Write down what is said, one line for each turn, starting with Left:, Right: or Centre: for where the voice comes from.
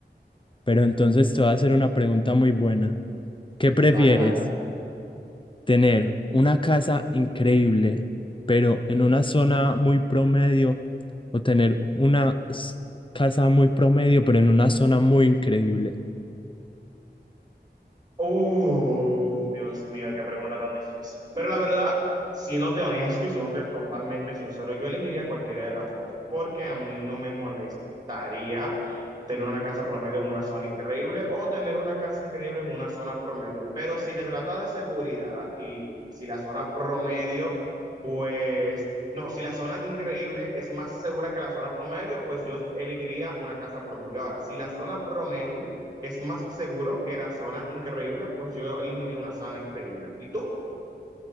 Left: Pero entonces te voy a hacer una pregunta muy buena. ¿Qué prefieres?
Right: dale, dale.
Left: ¿Tener una casa increíble, pero en una zona muy promedio? ¿O tener una s- casa muy promedio, pero en una zona muy increíble?
Right: Oh, Dios mío, qué pregunta tan difícil. Pero la verdad, siéndote honesto y siéndote totalmente sincero, yo elegiría cualquiera de las dos, porque a mí no me molestaría tener una casa promedio en una zona increíble o tener una casa increíble en una zona promedio. Pero si te trata de seguridad y si la zona promedio pues, no, si la zona increíble es más segura que la zona promedio, pues yo elegiría una casa promedio. Ahora, si la zona promedio es más seguro que la zona increíble, pues yo elegiría una zona increíble. ¿Y tú?